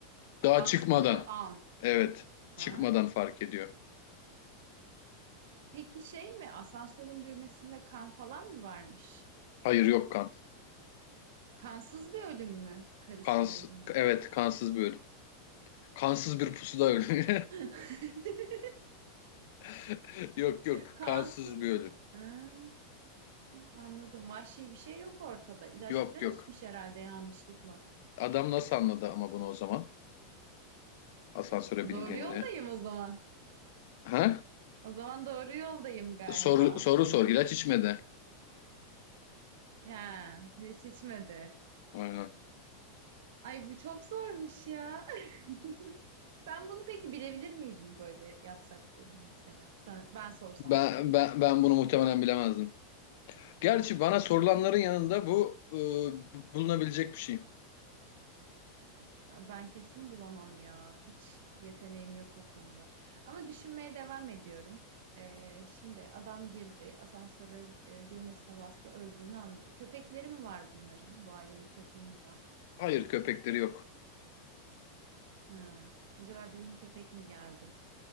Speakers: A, on the left; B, on the right.
A: Daha
B: Bastığı
A: çıkmadan.
B: an.
A: Evet.
B: Ha.
A: Çıkmadan fark ediyor.
B: Peki şey mi? Asansörün düğmesinde kan falan mı varmış?
A: Hayır yok kan.
B: Kansız bir ölüm mü? Karısının
A: Kans,
B: ölümü.
A: evet kansız bir ölüm. Kansız bir pusuda ölüm.
B: <laughs>
A: <laughs> Yok yok
B: Kansız.
A: kansız bir ölüm.
B: Ha, anladım. Vahşi bir şey yok ortada. İlaç
A: Yok
B: falan
A: yok.
B: içmiş herhalde yanlışlıkla.
A: Adam nasıl anladı ama bunu o zaman? Asansöre bindiğinde.
B: Doğru yoldayım o zaman.
A: Ha?
B: O zaman doğru yoldayım galiba.
A: Soru soru sor. İlaç içmedi.
B: Ya hiç içmedi.
A: Aynen.
B: Ay bu çok zormuş ya. <laughs> Sen bunu peki bilebilir miydin böyle yapsak bu oyunu mesela? Sen, ben sorsam
A: Ben,
B: sana.
A: ben, ben bunu muhtemelen bilemezdim. Gerçi bana sorulanların yanında bu e, bulunabilecek bir şey.
B: Ee, Ben kesin bulamam ya. Hiç yeteneğim yok o konuda. Ama düşünmeye devam ediyorum. Ee, şimdi adam girdi. Asansöre e, düğmesine bastı. Öldüğünü anladı. Köpekleri mi var bunların? Bu ailenin köpeği mi var?
A: Hayır köpekleri yok.
B: Ha. Acaba dedim köpek mi geldi?